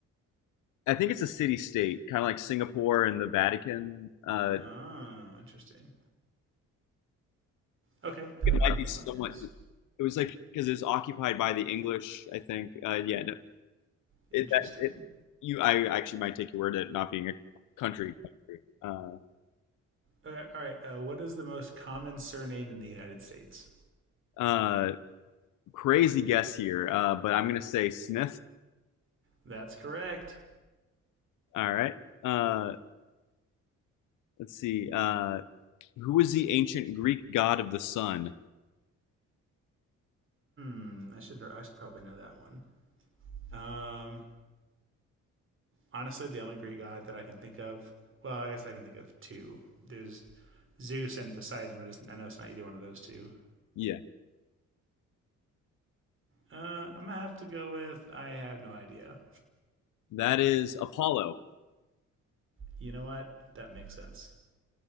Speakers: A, on the left; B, on the right.
A: I think it's a city state, kind of like Singapore and the Vatican. Uh,
B: Oh, interesting. Okay. Uh,
A: it might
B: what
A: be somewhat.
B: is
A: It was like because it was occupied by the English. I think. Uh, yeah. No,
B: interesting?
A: it, that, it, you. I actually might take your word at it not being a country. country. Uh,
B: Okay, all right. Uh, what is the most common surname in the United States?
A: uh, crazy guess here, uh, but I'm gonna say Smith.
B: That's correct.
A: All right. Uh, let's see. Uh, who was the ancient Greek god of the sun?
B: Mm, I should I should probably know that one. Um, honestly, the only Greek god that I can think of. Well, I guess I can think of two. There's Zeus and Poseidon, but I know it's not either one of those two.
A: Yeah,
B: Uh, I'm gonna have to go with I have no idea.
A: that is Apollo.
B: You know what? That makes sense.